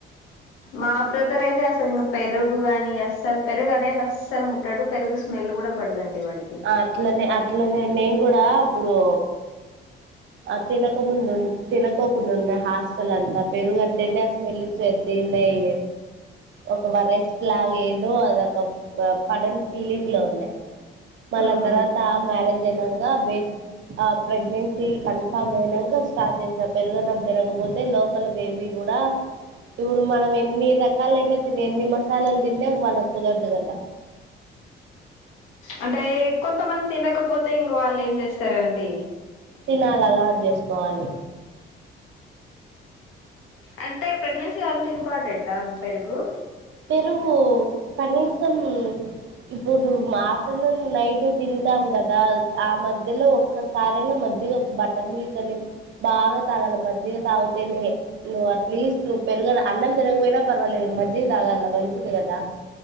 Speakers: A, on the left; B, on the right.
A: మా బ్రదర్ అయితే అసలు ఇంకా పెరుగుగాని అస్సలు పెరుగు అనేది అస అస్సలు ముట్టాడు పెరుగు స్మెల్ కూడా పడదండి వాడికి
B: అట్లనే అట్లనే నేను కూడా అప్పుడు ఆ తినకముందు తినకోకుండా ఉన్నా హాస్టల్ అంతా పెరుగుంటేనే అ స్మెల్ ఇచ్చేద్ వీళ్ళయ ఒక వరెస్ట్ లాగ ఏదో అదొక గ పడని ఫీలింగ్ లో ఉన్నాయి మళ్ళా
A: ఉహు
B: తర్వాత మ్యారేజ్ అయినాక బే ఆ ప్రెగ్నెన్సీ కన్ఫామ్ అయినాక స్టార్ట్ చేసిన పెరుగన్నం తినకపోతే లోపల బేబీ కూడా ఇప్పుడు మనం ఎన్ని రకాలయినా తిన్ ఎన్ని మసాలాలు తిన్నా అది వాళ్ళ కుదరదు కదా
A: అంటే కొంతమంది తినకపోతే ఇంక వాళ్ళు ఏం చేస్తారండి
B: తినాలి అలవాటు చేసుకోవాలి
A: అంటే ప్రెగ్నెన్సీ అంత ఇంపార్టెంటా పెరుగు
B: పెరుగు కనీసం ఇప్పుడు మా పిల్లలు నైట్ తింటాం కదా ఆ మధ్యలో ఒకసారేనా మర్జీగ బట్టర్ మిల్కని బాగా తాగల మజిగా తాగితేనే నువ ప్లీజ్ నువ్వు పెరుగదు అన్నం తినకపోయినా పర్వాలేదు మాజీగా తాగాల మంచిది కదా